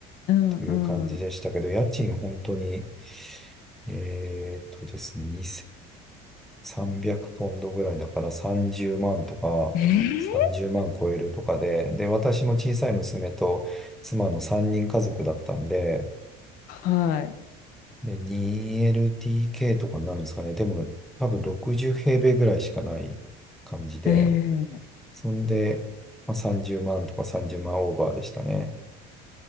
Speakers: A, on the left; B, in the centre.
A: うん
B: という感じでしたけど、
A: うん。
B: 家賃本当に、えっとですね、300ポンドぐらいだから30万とか、
A: ええ、
B: 30万超えるとかで、で、私も小さい娘と妻の3人家族だったんで、
A: はい。
B: で、2 l t k とかになるんですかね。でも、多分60平米ぐらいしかない感じで、
A: ええ。
B: そんで、まあ、30万とか30万オーバーでしたね。